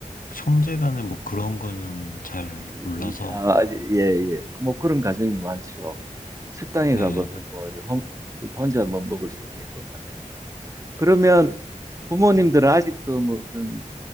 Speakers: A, on the left; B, on the right.
A: 형제 간에 뭐 그런 거는 잘
B: 이-
A: 몰라서,
B: 이- 아, 아, 예, 예. 뭐 그런 가정이 많죠. 식당에
A: 네.
B: 가봐도
A: 그-
B: 뭐 이렇게 혼- 혼자 뭐 먹을 수 있게 또 많이 해놓고. 그러면 부모님들은 아직도 무슨